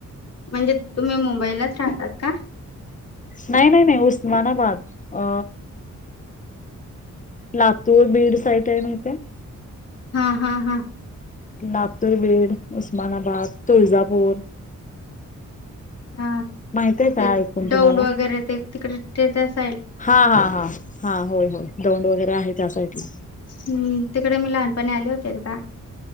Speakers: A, on the left (about 50°); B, on the left (about 25°).
A: म्हणजे तुम्ही मुंबईलाच राहतात का.
B: नाही नाही नाही उस्मानाबाद अ. लातूर बीड साईड आहे माहिते?
A: हा हा हा.
B: लातूरबीड, उस्मानाबाद, तुळजापूर,
A: हा
B: माहित आहे का
A: ते
B: ऐकून
A: डौंड
B: तुम्हाला
A: वगैरे ते तिकडे? ते ते तेच.
B: हा हा हा. हा होय. दौंड वगैरे आहे. त्या साइडला.
A: हम्म -तिकडे मी, लहानपणी आले होते एकदा.